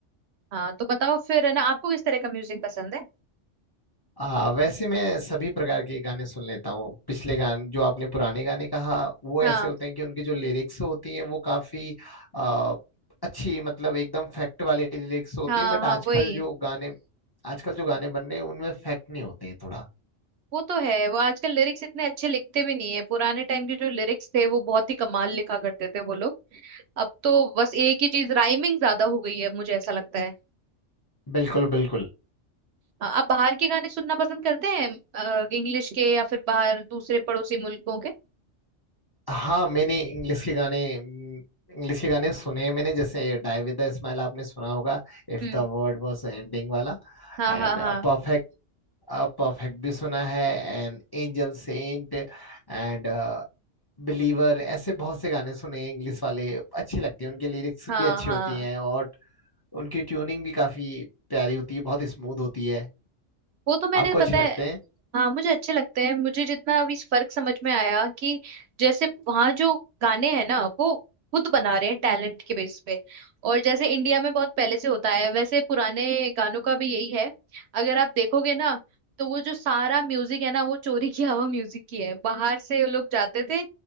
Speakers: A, on the right (about 65°); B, on the left (about 25°).
A: हाँ तो बताओ फिर है ना आपको किस तरह का म्यूजिक पसंद है
B: आ, वैसे मैं सभी प्रकार के गाने सुन लेता हूँ पिछले गाने जो आपने पुराने गाने कहा वो
A: हाँ
B: ऐसे होते हैं कि उनकी जो लिरिक्स होती हैं वो काफी आ, अच्छी मतलब एकदम फैक्ट वाली लिरिक्स होती
A: हाँ
B: हैं बट
A: हाँ
B: आजकल
A: वही
B: जो गाने आजकल जो गाने बन रहे हैं उनमें फैक्ट नहीं होते हैं थोड़ा
A: वो तो है वो आजकल लिरिक्स इतने अच्छे लिखते भी नहीं है पुराने टाइम के जो लिरिक्स थे वो बहुत ही कमाल लिखा करते थे वो लोग अब तो बस एक ही चीज राइमिंग ज्यादा हो गई है मुझे ऐसा लगता है
B: बिल्कुल बिल्कुल
A: अ, आप बाहर के गाने सुनना पसंद करते हैं इंग्लिश के या फिर बाहर दूसरे पड़ोसी मुल्कों के
B: हाँ मैंने इंग्लिश के गाने इंग्लिश के गाने सुने हैं मैंने जैसे ये डाई विद द स्माइल आपने सुना होगा If
A: हम्म
B: the world was ending वाला
A: हाँ
B: एंड
A: हाँ हाँ
B: परफेक्ट परफेक्ट भी सुना है And angel sent and believer ऐसे बहुत से गाने सुने हैं इंग्लिश वाले अच्छे लगते हैं उनके लिरिक्स
A: हाँ
B: भी अच्छी
A: हाँ
B: होती हैं और उनकी ट्यूनिंग भी काफी प्यारी होती है बहुत स्मूथ होती है
A: वो तो मैंने
B: आपको
A: पता
B: अच्छे लगते
A: है
B: हैं
A: हाँ मुझे अच्छे लगते हैं मुझे जितना अभी इस फर्क समझ में आया कि जैसे वहां जो गाने हैं ना वो खुद बना रहे हैं टैलेंट के बेस पे और जैसे इंडिया में बहुत पहले से होता है वैसे पुराने गानों का भी यही है अगर आप देखोगे ना तो वो जो सारा म्यूजिक है ना वो चोरी किया हुआ म्यूजिक ही है बाहर से लोग जाते थे